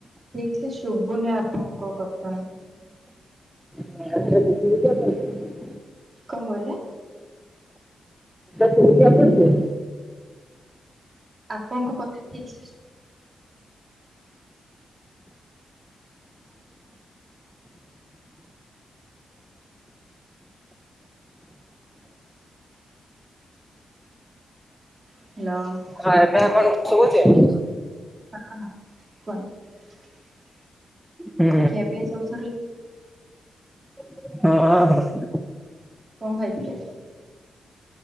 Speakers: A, on the right; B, in the centre.
A: ଠିକ ସେ ଶୁଭୁନି ଆପଣଙ୍କ କଥା।
B: <unintelligible>
A: କଣ କହିଲେ?
B: ଜଳଖିଆ କରିଛ?
A: ଆପଣଙ୍କ କଥା ଠିକସେ ହ୍ୟାଲୋ।
B: ହଁ, ଏବେ ଆପଣଙ୍କୁ ଶୁଭୁଛି?
A: ହଁ, ହଁ କୁହନ୍ତୁ
B: ହୁଁ
A: ଖିଆପିଆ ସବୁ ସରିଲ
B: ହଁ, ହଁ, ହଁ।
A: କଣ ଖାଇଥିଲେ?